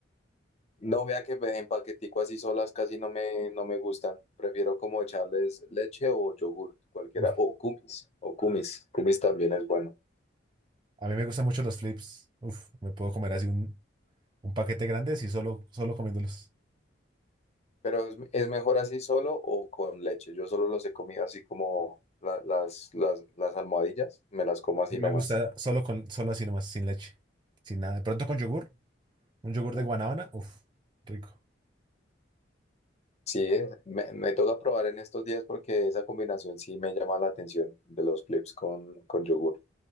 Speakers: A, on the left; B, on the right.
A: No vea que ve- en paquetico así solas casi no me, no me gustan. Prefiero como echarles leche o yogur, cualquiera,
B: Uf,
A: o kumis, o kumis. Kumis también es bueno.
B: a mí me gustan mucho los flips. Uf, me puedo comer así un, un paquete grande así solo, solo comiéndolos.
A: Pero es, es mejor así solo o con leche. Yo solo los he comido así como la- las, las, las almohadillas, me las como así
B: Me
A: nomás.
B: gusta solo con, solo así nomás, sin leche, sin nada. De pronto con yogur, un yogur de
A: Uh,
B: guanábana, uf, rico.
A: Sí, eh, me, me toca probar en estos días porque esa combinación sí me llama la atención de los clips con, con yogur.